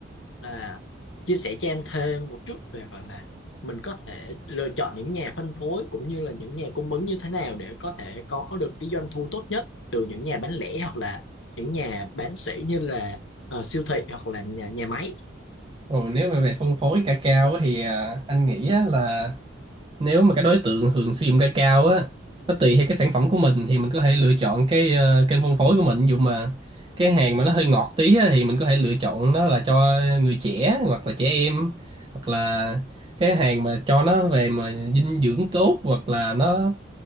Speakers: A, on the left (about 70°); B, on the right (about 25°).
A: là chia sẻ cho em thêm một chút về gọi là mình có thể lựa chọn những nhà phân phối cũng như là những nhà cung ứng như thế nào để có thể có được cái doanh thu tốt nhất từ những nhà bán lẻ hoặc là những nhà bán sỉ như là ờ, siêu thị hoặc là nhà nhà máy
B: Ồ, nếu mà về phân phối cacao á thì ờ, anh nghĩ á là nếu mà cái đối tượng hưởng sử dụng ca cao á nó tùy theo cái sản phẩm của mình thì mình có thể lựa chọn cái ờ, kênh phân phối của mình ví dụ mà cái hàng mà nó hơi ngọt tí á, thì mình có thể lựa chọn nó là cho người trẻ hoặc là trẻ em hoặc là cái hàng mà cho nó về mà dinh dưỡng tốt hoặc là nó